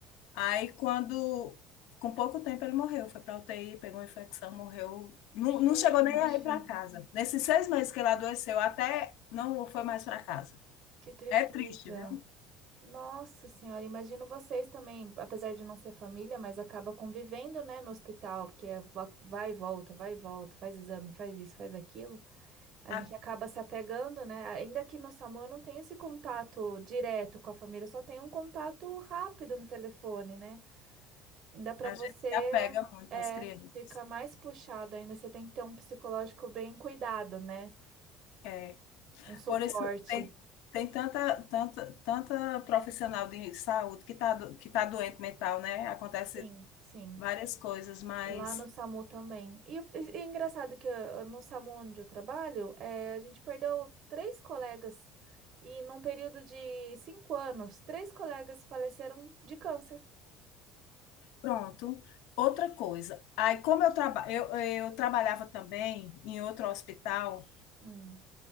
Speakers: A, on the left; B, on the right.
A: Aí, quando, com pouco tempo, ele morreu. Foi para UTI, pegou uma infecção, morreu. Não,
B: Gente,
A: não chegou nem a ir para casa. Nesses seis meses que ele adoeceu, até não foi mais para casa.
B: que tristeza.
A: É triste, viu?
B: Nossa Senhora, imagino vocês também, apesar de não ser família, mas acaba convivendo, né, no hospital, porque é va- vai e volta, vai e volta, faz exame, faz isso, faz aquilo. A
A: A,
B: gente acaba se apegando, né? Ainda que no SAMU eu não tenho esse contato direto com a família, só tenho um contato rápido no telefone, né? Ainda para
A: a
B: você
A: gente se apega muito
B: é,
A: às crianças.
B: é, fica mais puxado ainda, você tem que ter um psicológico bem cuidado, né?
A: É,
B: Um suporte.
A: por isso, tem, tem tanta, tanta, tanta profissional de saúde que está que tá doente mental, né? Acontece
B: Sim, sim.
A: várias coisas, mas.
B: Lá no SAMU também. E, o- e é engraçado que ah, no SAMU onde eu trabalho, eh, a gente perdeu três colegas. E num período de cinco anos, três colegas faleceram de câncer.
A: Pronto. Outra coisa, aí como eu, traba eu, eu trabalhava também em outro hospital,
B: Hum.